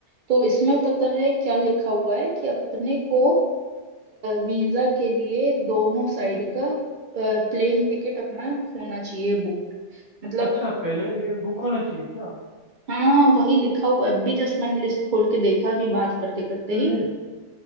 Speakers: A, on the right; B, on the right.
A: तो इसमें पता है क्या लिखा हुआ है कि अपने को वीजा के लिए दोनों साइड का प्लेन टिकट अपना होना चाहिए बुक मतलब
B: अच्छा पहले ये बुक होना चाहिए क्या
A: हाँ वही लिखा हुआ है। अभी जस्ट मैंने लिस्ट खोल के देखा अभी बात करते करते
B: अरे
A: ही